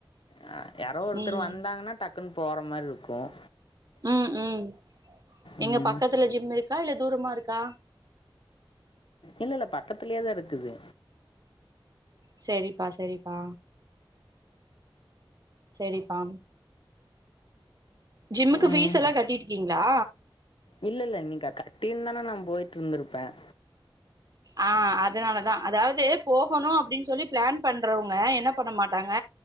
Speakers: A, on the left; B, on the right.
A: அ யாரோ ஒருத்தர்
B: ம்
A: வந்தாங்கன்னா டக்குன்னு போற மாரி இருக்கும்
B: ம் ம்
A: ம்.
B: எங்க பக்கத்துல ஜிம் இருக்கா இல்ல தூரமா இருக்கா
A: இல்ல இல்ல பக்கத்துலயே தான் இருக்குது
B: சேரிப்பா சேரிப்பா சேரிப்பா ஜிம்முக்கு
A: ம்.
B: பீஸ் எல்லா கட்டிருக்கீங்களா
A: இல்ல இல்ல நீ க க கட்டிருந்தன நா போயிட்டு இருந்திருப்பேன்
B: ஆ அதனாலதான் அதாவது போகணும் அப்டின்னு சொல்லி பிளான் பண்றவுங்க என்ன பண்ண மாட்டாங்க